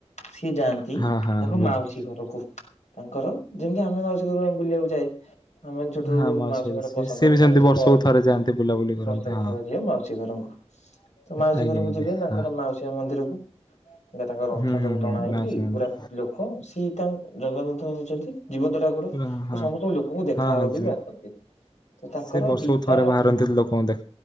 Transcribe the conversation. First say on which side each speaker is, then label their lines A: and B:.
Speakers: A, on the left (about 90°); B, on the left (about 40°).
A: ସିଏ ଯାଆନ୍ତି
B: ହଁ ହଁ
A: ତାଙ୍କ
B: ବୁଝିଲି
A: ମାଉସୀ ଘରକୁ। ତାଙ୍କର ଯେମିତି ଆମେ ମାଉସୀ ଘର ବୁଲିବାକୁ ଯାଏ। ଆମେ ଛୋଟ
B: ହଁ
A: ବେଳୁ ମାଉସୀ
B: ଘରେ
A: ଘର
B: ସିଏ
A: ପସନ୍ଦ
B: ସିଏ ବି ସେମିତି
A: ତାଙ୍କ ସେ
B: ବର୍ଷକୁ
A: <unintelligible>
B: ଥରେ ଯାଆନ୍ତି ବୁଲାବୁଲି କରନ୍ତି
A: ବର୍ଷକ
B: ହଁ।
A: ଥରେ ଯିବେ ମାଉସୀ ଘରଙ୍କୁ। ତ ମାଉସୀ
B: ଆଜ୍ଞା
A: ଘରକୁ
B: ଆଜ୍ଞା
A: ଯିବେ ତାଙ୍କର
B: ହଁ
A: ମାଉସୀମା ମନ୍ଦିରକୁ। ଯେ ତାଙ୍କ ରଥ
B: ହୁଁ
A: ସବୁ
B: ହୁଁ ହୁଁ
A: ଟଣା ହେଇକି
B: ମାଉସୀ ମନ୍ଦିର
A: ପୁରା ଲୋକ ସିଏ ତା ଜଗନ୍ନାଥ ହଉଛନ୍ତି ତି, ଜୀବନ୍ତ ଠାକୁର
B: ପୁରା
A: ସେ
B: ହଁ।
A: ସମସ୍ତଙ୍କୁ ଲୋକଙ୍କୁ ଦେଖା
B: ହଁ ହଁ
A: ହବାକୁ
B: ଯିବା
A: ବି ଆସନ୍ତି। ତ ତାଙ୍କର
B: ସେ ବର୍ଷକୁ
A: ଦିଟା
B: ଥରେ ବାହାରନ୍ତି ଲୋକଙ୍କୁ ଦେ